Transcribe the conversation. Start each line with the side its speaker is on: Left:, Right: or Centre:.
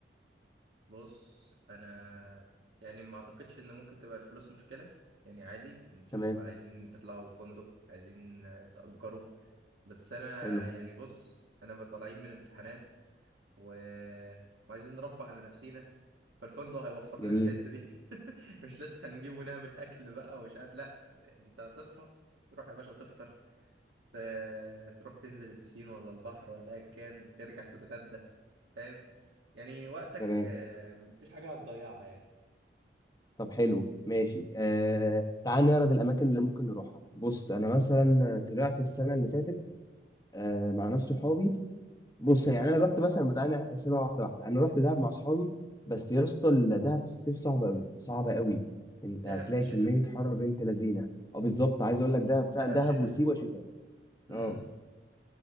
Right: بص انا يعني ما اعتقدش ان ممكن تبقى الفلوس مشكله يعني عادي نشوف
Left: تمام
Right: عايزين تطلعوا فندق عايزين آه، تأجروا بس انا
Left: حلو
Right: يعني بص انا بطالعين من امتحانات و... وعايزين نرفه على نفسينا فالفندق هيوفر
Left: جميل
Right: لنا الحتة دي <laughs> مش لسه هنجيب ونعمل أكل بقى ومش عارف لا أنت هتصحى تروح يا باشا تفطر ت- تروح تنزل البسين ولا البحر ولا أيا كان ترجع تتغدى فاهم يعني وقتك
Left: تمام
Right: آه، مفيش حاجة هتضيعها يعني
Left: طب حلو ماشي آه تعال نعرض الاماكن اللي ممكن نروحها بص انا مثلا طلعت السنه اللي فاتت آه مع ناس صحابي بص يعني انا رحت مثلا بتاع نحسبها واحده واحده انا رحت دهب مع صحابي بس يا اسطى دهب في الصيف صعبه قوي صعبه قوي انت
Right: دهب
Left: هتلاقي
Right: دي
Left: كميه
Right: شتاء
Left: حر بنت لذينه اه بالظبط عايز اقول لك دهب فعلا
Right: دهب
Left: دهب
Right: شتاء
Left: وسيوه شتاء
Right: امم
Left: اه